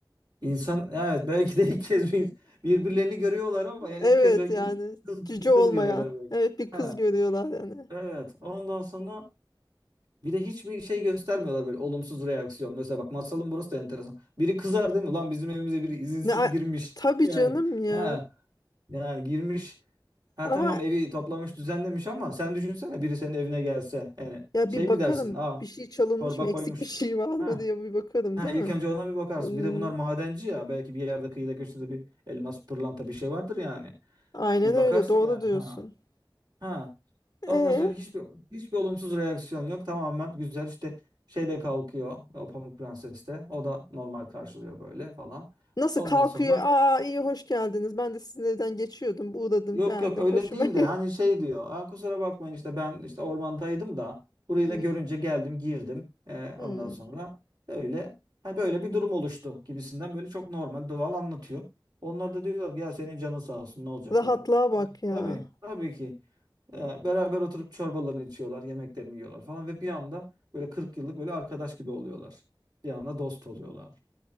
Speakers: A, on the right; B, on the left.
A: İnsan evet belki de ilk kez bir, birbirlerini görüyorlar ama yani
B: Evet
A: ilk kez belki
B: yani
A: bir kız
B: cüce
A: bir kız
B: olmayan.
A: görüyorlar belki.
B: Evet bir
A: Ha
B: kız görüyorlar yani.
A: evet. Ondan sonra bir de hiçbir şey göstermiyorlar böyle olumsuz reaksiyon. Mesela bak masalın burası da enteresan. Biri kızar değil mi? Lan bizim evimize biri izinsiz
B: Ne, a-
A: girmiş.
B: tabii
A: <laughs> Yani
B: canım ya.
A: ha yani girmiş. Ha
B: Ama
A: tamam evi toplamış düzenlemiş ama sen düşünsene biri senin evine gelse. Yani
B: Ya
A: şey
B: bir bakarım
A: mi dersin? Aa
B: bir şey çalınmış
A: çorba
B: mı eksik
A: koymuş.
B: bir şey var
A: Ha
B: mı diye bir bakarım
A: Ha,
B: değil
A: ilk
B: mi?
A: önce ona bir bakarsın.
B: Hmm,
A: Bir de bunlar madenci ya. Belki bir yerde kıyıda köşede bir elmas, pırlanta bir şey vardır yani.
B: aynen
A: Bir
B: öyle
A: bakarsın
B: doğru
A: yani.
B: diyorsun.
A: Ha. Ha.
B: E
A: Ondan sonra hiçbir hiçbir olumsuz reaksiyon yok. Tamamen güzel işte şey de kalkıyor. O Pamuk Prenses de. O da normal karşılıyor böyle falan.
B: nasıl
A: Ondan
B: kalkıyor?
A: sonra
B: Aa iyi hoş geldiniz. Ben de sizin evden geçiyordum. Uğradım
A: Yok
B: beğendim.
A: yok öyle
B: Hoşuma.
A: değil de hani
B: <laughs>
A: şey diyor. "Aa, kusura bakmayın işte ben işte ormandaydım da burayı
B: Hmm,
A: da görünce geldim girdim. Ee,
B: hmm.
A: ondan sonra öyle hani böyle bir durum oluştu gibisinden böyle çok normal doğal anlatıyor. Onlar da diyorlar ki ya senin canın sağ olsun ne olacak
B: Rahatlığa
A: hani.
B: bak ya.
A: Tabii tabii ki Ee, beraber oturup çorbalarını içiyorlar yemeklerini yiyorlar falan ve bir anda böyle 40 yıllık böyle arkadaş gibi oluyorlar. Bir anda dost oluyorlar.